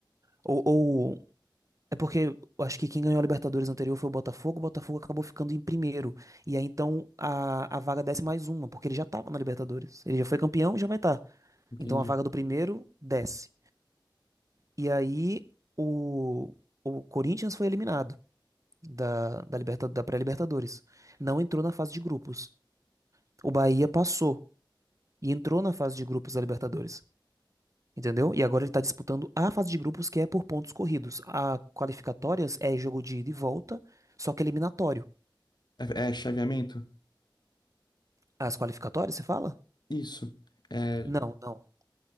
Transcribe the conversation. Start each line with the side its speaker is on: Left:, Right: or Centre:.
Right: Ou, ou- é porque eu acho que quem ganhou a Libertadores anterior foi o Botafogo, o Botafogo acabou ficando em primeiro. E aí então a, a vaga desce mais uma, porque ele já tava na Libertadores. Ele já foi campeão, já vai estar.
Left: Entendi.
Right: Então a vaga do primeiro desce. E aí o, o Corinthians foi eliminado. da, da, liberta, da pré-Libertadores. Não entrou na fase de grupos. O Bahia passou e entrou na fase de grupos da Libertadores. Entendeu? E agora ele está disputando a fase de grupos que é por pontos corridos. A qualificatórias é jogo de ida e volta, só que eliminatório.
Left: É, é chaveamento?
Right: As qualificatórias, você fala?
Left: Isso. É,
Right: Não, não.